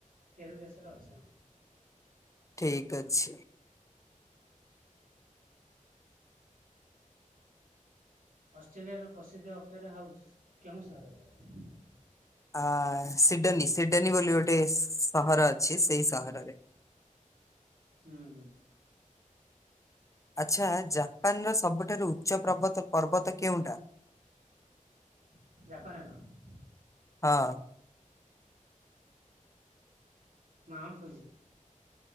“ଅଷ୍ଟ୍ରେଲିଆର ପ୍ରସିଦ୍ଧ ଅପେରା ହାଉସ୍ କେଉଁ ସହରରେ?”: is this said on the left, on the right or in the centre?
Right